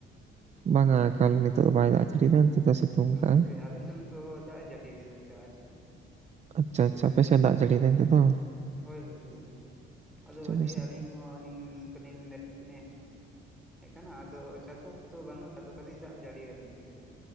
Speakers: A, on the right (about 30°); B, in the centre.
A: ᱵᱟᱸᱝᱟ ᱮᱠᱟᱞ ᱱᱤᱛᱳᱜ ᱫᱚ ᱵᱟᱭ ᱫᱟᱜᱽ <unintelligible> ᱭᱫᱟ ᱱᱤᱛᱳᱜ ᱫᱚ ᱥᱤᱛᱩᱝ
B: ᱦᱳᱭ ᱜᱚᱝᱠᱮ
A: ᱠᱟᱜᱼᱟᱭ᱾
B: ᱟᱞᱮ ᱥᱮᱱ ᱛᱚ ᱫᱟᱜ ᱮ ᱡᱟᱹᱲᱤᱭᱮᱫᱟ ᱟᱪᱪᱷᱟ
A: ᱟᱪᱪᱷᱟ ᱟᱪᱪᱷᱟ ᱟᱯᱮᱥᱮᱫ, ᱫᱟᱜᱽ ᱡᱟᱹᱲᱤᱭ ᱫᱟᱭ ᱱᱤᱛᱚ ᱫᱚ?
B: ᱦᱳᱭ ᱦᱳᱭ ᱦᱳᱭ ᱜᱚᱢᱠᱮ ᱟᱫᱚ
A: ᱟᱪᱪᱷᱟ
B: ᱠᱟᱹᱴᱤᱡ
A: ᱵᱮᱥ
B: ᱟᱹᱞᱤᱧ
A: ᱱᱟᱯᱟᱭ
B: ᱦᱚ ᱞᱤᱧ ᱛᱮᱞᱤᱧ <unintelligible> ᱦᱮᱡ ᱠᱟᱱᱟ ᱟᱫᱚ ᱪᱟᱛᱚ ᱠᱚᱛᱚ ᱵᱟᱹᱱᱩᱜᱼᱟ ᱟᱫᱚ ᱠᱟᱹᱴᱤᱡ ᱫᱟᱜᱽ ᱡᱟᱲᱤ ᱭᱟᱹᱞᱤᱧ ᱠᱟᱱᱟ ᱪᱮᱜ᱾